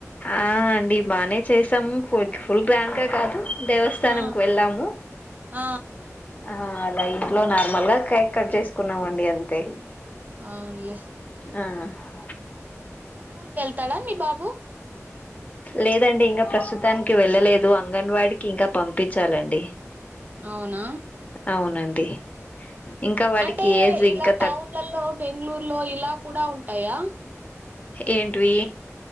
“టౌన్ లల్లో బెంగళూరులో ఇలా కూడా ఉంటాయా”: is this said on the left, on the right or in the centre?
Right